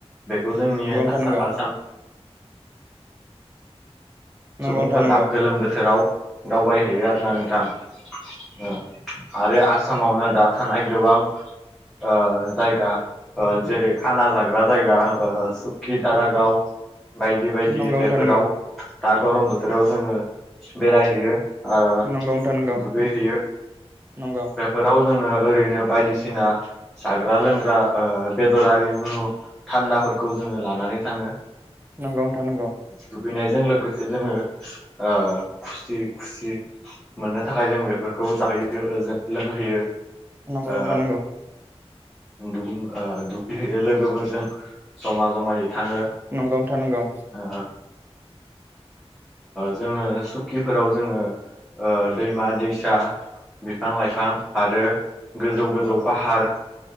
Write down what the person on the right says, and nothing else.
नंगौ
नंगौ नोंथां नंगौ
नंगौ नंगौ
नोंथां नंगौ
नंगौ नोंथां नंगौ
नंगौ
नोंथां नंगौ
नंगौ
नोंथां नांगौ
नंगौ नोंथां नंगौ